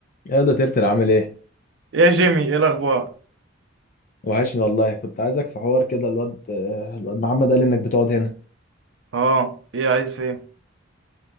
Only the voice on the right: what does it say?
يا جيمي ايه الاخبار
اه ايه عايز في ايه